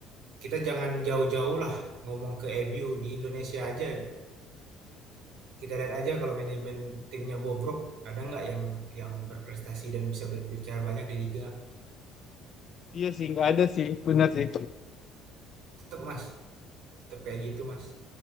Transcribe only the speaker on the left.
iya sih nggak ada sih benar sih